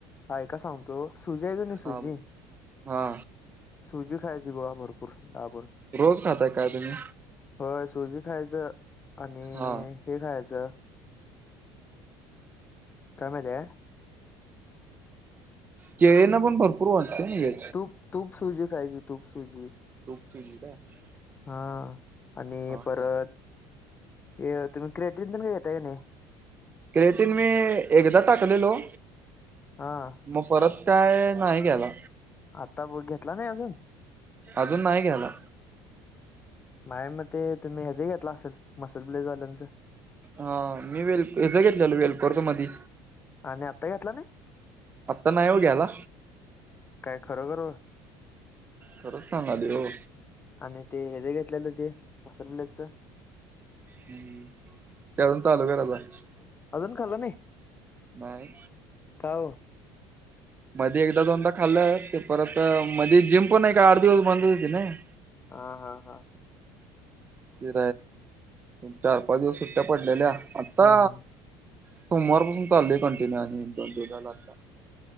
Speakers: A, on the left; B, on the right.
A: ऐका सांगतो सुजी आहे की नाही
B: हा
A: सुजी
B: हा
A: सुजी खायची बघा भरपूर. दाबूण
B: रोज खातय काय तुम्ही?
A: हो सुजी खायचं आणि
B: हा
A: हे खायचं चहा, काय माहिती हाय का?
B: केळेना पण भरपूर वाटतय ना हे
A: तूप तूप सूझी खायची तूप सूजी
B: <inaudible>
A: हा आणि
B: हा
A: परत
B: हा.
A: ये तुम्ही क्रेडिट देऊन घेताय का नाही?
B: क्रेडिट मी एकदा टाकलेलो
A: हा..
B: मग परत काय नाही घ्याया
A: आता बघ घेतला नाही अजून
B: अजून नाही घ्यायला
A: नाय मी ते तुम्ही ह्याज घेतला असेल मसूल प्ले झाल्याच
B: हा मी वेल हचा घेतलेलो वेलपोर मध्ये
A: आणि आत्ता घेतला नाही
B: आत्ता नाही हो घ्यायला
A: काय खरोखर
B: खरंच सांगालोय हो
A: आणि ते हे जे घेतलेलं ते मासुल प्ले च
B: हम्म.. ते अजून चालू करायाचं
A: अजून खाल्ल नाही?
B: नाही
A: का ओ
B: मध्ये एकदा दोनदा खाल्लं ते परत मध्ये जिम पण नाही का आठ दिवस बंद होते नाही
A: ह हा हा...
B: ति चार पाच दिवस सुट्ट्या पडलेल्या आत्ता
A: हम्म
B: सोमवारपासून चाल कंटिन्यू आणि दोन दो लाता.